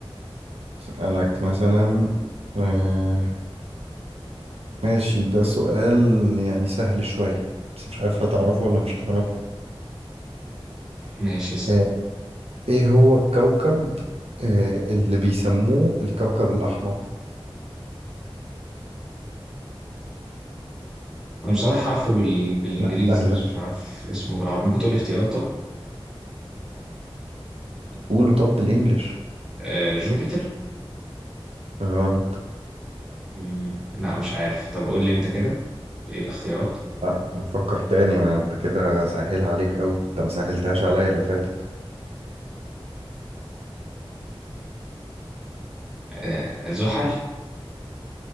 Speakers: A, on the right; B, in the centre.
A: أسألك مثلا آه ماشي ده سؤال يعني سهل شوية بس مش عارف هتعرفه ولا مش هتعرفه
B: ماشي اسأل
A: آه إيه هو الكوكب آه اللي بيسموه الكوكب الأحمر
B: أنا بصراحة عارفه بال... بالإنجليزي
A: لا سهل
B: بس
A: ده
B: مش عارف اسمه بالعربي ممكن تقولي اختيارات طب
A: قوله طب بالإنجلش
B: آه جوبيتر
A: غلط
B: مم، لا مش عارف طب قول لي أنت كده إيه الاختيارات؟
A: لا فكر تاني ما انت كده سهل عليك قوي انت مسهلتهاش عليا اللي فاتت
B: آه، زحل